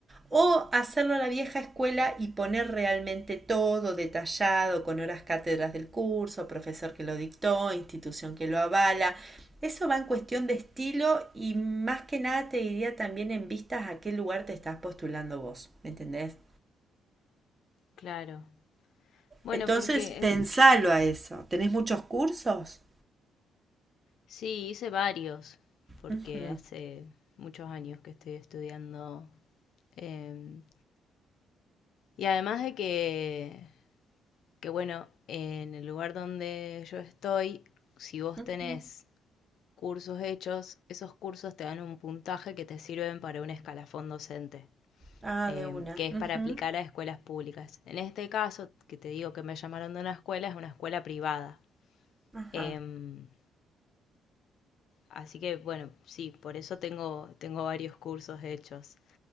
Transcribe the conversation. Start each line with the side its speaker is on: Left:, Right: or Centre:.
Right: O hacerlo a la vieja escuela y poner realmente todo detallado, con horas cátedras del curso, profesor que lo dictó, institución que lo avala, eso va en cuestión de estilo y más que nada te diría también en vistas a qué lugar te estás postulando vos, ¿me entendés?
Left: claro. Bueno,
Right: Entonces,
Left: porque
Right: pensalo
Left: eh,
Right: a eso. ¿Tenés muchos cursos?
Left: sí, hice varios, porque
Right: Ujú,
Left: hace muchos años que estoy estudiando. em, y además de que, que, bueno, en el lugar donde yo estoy, si vos
Right: ujú.
Left: tenés cursos hechos, esos cursos te dan un puntaje que te sirven para un escalafón docente.
Right: Ah,
Left: eh,
Right: de una.
Left: que es
Right: ujú,
Left: para aplicar a escuelas públicas. En este caso, que te digo que me llamaron de una escuela, es una escuela privada.
Right: Ajá,
Left: Em, así que bueno, sí, por eso tengo, tengo varios cursos hechos.